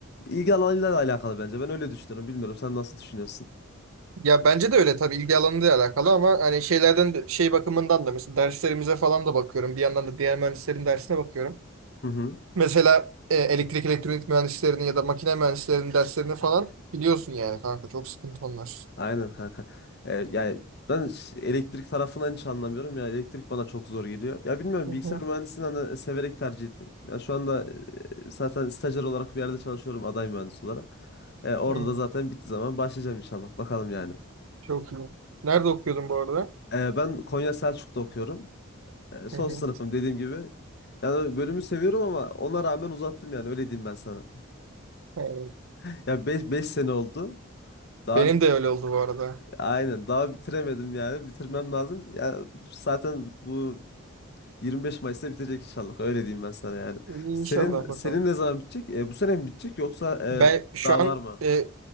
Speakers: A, on the left (about 50°); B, on the right (about 75°).
A: ilgi alanıyla da alakalı bence. Ben öyle düşünüyorum. Bilmiyorum sen nasıl düşünüyorsun?
B: Ya bence de öyle tabii ilgi alanıyla alakalı ama hani şeylerden de- şey bakımından da mesela derslerimize falan da bakıyorum. Bir yandan da diğer mühendislerin dersine bakıyorum.
A: Hı hı.
B: Mesela e, elektrik elektronik mühendislerinin ya da makine mühendislerinin derslerini falan biliyorsun yani kanka çok sıkıntı onlar.
A: Aynen kanka. Ee, yani ben ş- elektrik tarafından hiç anlamıyorum. Ya elektrik bana çok zor geliyor. Ya bilmiyorum
B: Hı
A: bilgisayar
B: hı.
A: mühendisliğini hani severek tercih ettim. Ya şu anda e, zaten stajyer olarak bir yerde çalışıyorum aday mühendis olarak. E, orada
B: Hı.
A: da zaten bittiği zaman başlayacağım inşallah. Bakalım yani.
B: Çok iyi. Nerede okuyordun bu arada?
A: E, ben Konya Selçuk'ta okuyorum. E, son
B: Hı hı.
A: sınıfım dediğim gibi. Yani bölümü seviyorum ama ona rağmen uzattım yani öyle diyeyim ben sana.
B: Evet.
A: <laughs> Ya 5 sene oldu. Daha
B: Benim de öyle oldu bu arada.
A: aynen daha bitiremedim yani bitirmem lazım. Ya zaten bu 25 Mayıs'ta bitecek inşallah. Öyle diyeyim ben sana yani.
B: İnşallah
A: Senin
B: bakalım.
A: senin ne zaman bitecek? E, bu sene mi bitecek yoksa e,
B: Ben şu
A: daha var
B: an
A: mı?
B: e,